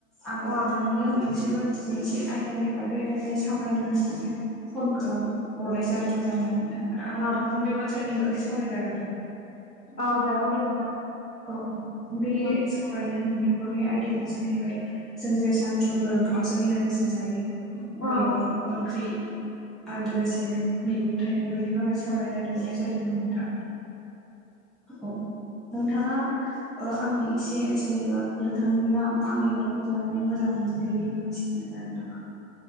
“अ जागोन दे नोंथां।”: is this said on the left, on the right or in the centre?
Left